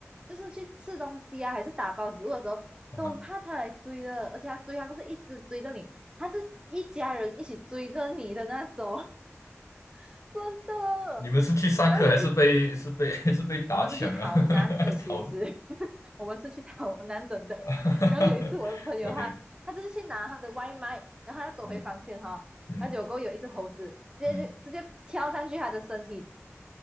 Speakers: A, on the right; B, on the left.
A: 就是去吃东西啊，还是打包食物的时候，
B: 嗯
A: 都很怕他来追的，而且他追他不是一直追着你，他是一家人一起追着你的那种，<laughs> 真的。
B: 你们是去上课还是被是被
A: 然后有一
B: <laughs> 还是被打抢啊？
A: 我们是去逃难的，
B: <laughs>
A: 其实
B: 讨论
A: <laughs> 我们是去逃难真的。
B: <laughs>，OK，
A: 然后有一次我的朋友他他就是去拿他的外卖，然后他要走回房间哈、
B: 嗯
A: 哦然后结果有一只猴子直接直接跳上去他的身体，
B: 嗯嗯